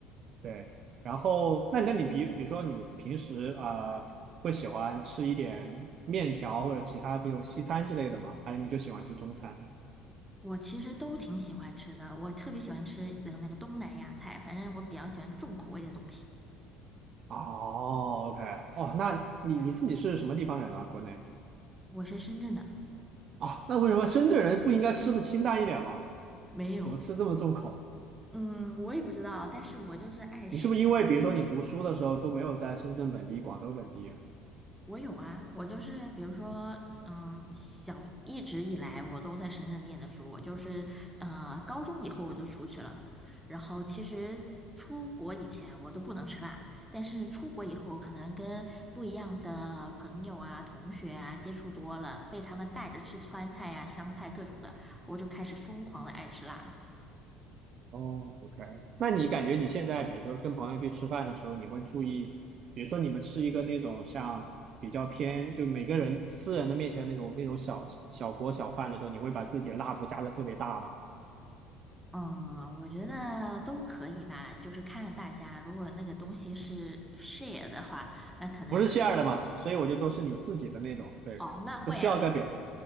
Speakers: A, on the right; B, in the centre.
A: 对，然后那那你比比如说你平时啊、呃会喜欢吃一点面条或者其他，比如西餐之类的吗？还是你就喜欢吃中餐？
B: 我其实都挺喜欢吃的，我特别喜欢吃呃那个东南亚菜，反正我比较喜欢重口味的东西。
A: 哦，OK，哦，那你你自己是什么地方人啊？国内
B: 我是深圳的，
A: 啊？那为什么深圳人不应该吃的清淡一点吗？
B: 没有，
A: 怎么吃这么重口？
B: 嗯，我也不知道，但是我就是爱吃
A: 你是不是因为比如说你读书的时候都没有在深圳本地、广州本地
B: 我有啊，我就是比如说，嗯，小一直以来我都在深圳念的书，我就是呃，高中以后我就出去了，然后其实出国以前我都不能吃辣，但是出国以后可能跟不一样的朋友啊、同学啊接触多了，被他们带着吃川菜啊、湘菜各种的，我就开始疯狂的爱吃辣了。
A: 哦，OK，那你感觉你现在，比如说跟朋友去吃饭的时候，你会注意，比如说你们吃一个那种像比较偏，就每个人私人的面前那种那种小小锅小饭的时候，你会把自己的辣度加的特别大吗？
B: 嗯，我觉得都可以吧，就是看大家，如果那个东西是 share 的话。那可能
A: 不是馅 h 的嘛，所以我就说是你自己的那种，对，
B: 哦，那会啊，
A: 不需要跟别人。